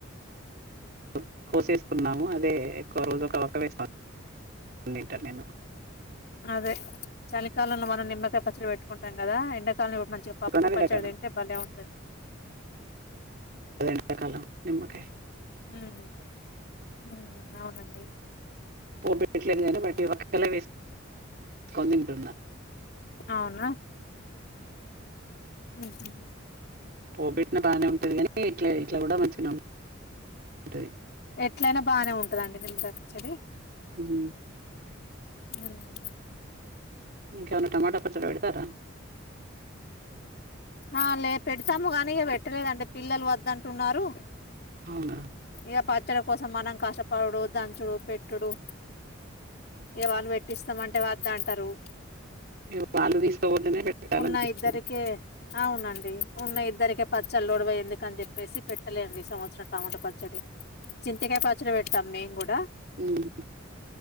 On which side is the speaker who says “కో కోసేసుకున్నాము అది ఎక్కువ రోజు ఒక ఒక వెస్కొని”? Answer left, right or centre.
Right